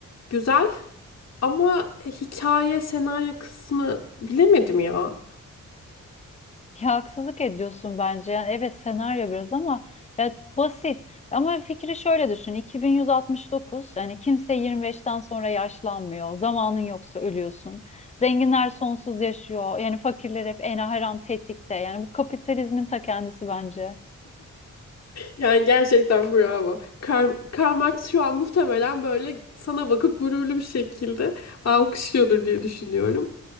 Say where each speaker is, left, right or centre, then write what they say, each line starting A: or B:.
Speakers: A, on the left (about 50°); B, on the left (about 20°).
A: güzel ama hikaye, senaryo kısmı bilemedim ya.
B: Ya haksızlık ediyorsun bence. Yani evet senaryo biraz ama ya basit. Ama fikri şöyle düşün. 2169 yani kimse 25'ten sonra yaşlanmıyor. Zamanın yoksa ölüyorsun. Zenginler sonsuz yaşıyor. Yani fakirler hep en her an tetikte. Yani bu kapitalizmin ta kendisi bence.
A: Yani gerçekten bravo. Kar Karl Marx şu an muhtemelen böyle sana bakıp gururlu bir şekilde alkışlıyordur diye düşünüyorum.